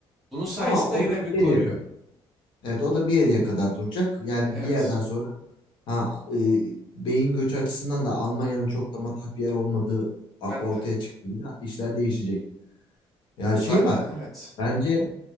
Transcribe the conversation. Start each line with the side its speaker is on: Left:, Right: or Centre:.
Centre: Bunun sayesinde
Left: Ama o
Centre: yine
Left: da
Centre: bir koruyor.
Left: bir yere kadar. Evet o da bir yere kadar duracak. Yani
Centre: Evet,
Left: bir yerden sonra ha, e, beyin göçü açısından da Almanya'nın çok da matah bir yer olmadığı a-
Centre: ben
Left: ortaya
Centre: de.
Left: çıktığında işler değişecek. Ya
Centre: Zaten
Left: şey var.
Centre: evet.
Left: Bence